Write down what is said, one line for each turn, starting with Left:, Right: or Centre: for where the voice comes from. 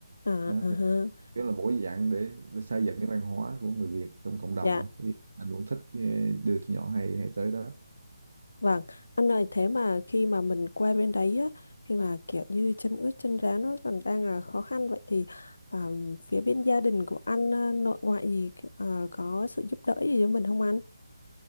Left: À,
Right: đó,
Left: à
Right: thì
Left: ha.
Right: kiểu là mỗi dạng để, để xây dựng cái văn hóa của người Việt trong cộng đồng
Left: Dạ
Right: á Cái anh cũng thích eh, đưa tụi nhỏ hay hay tới đó
Left: Vâng, anh ơi thế mà khi mà mình qua bên đấy á, khi mà kiểu như chân ướt chân ráo nó còn đang là khó khăn vậy thì à, phía bên gia đình của anh à, nội ngoại gì à, có sự giúp đỡ gì cho mình không anh?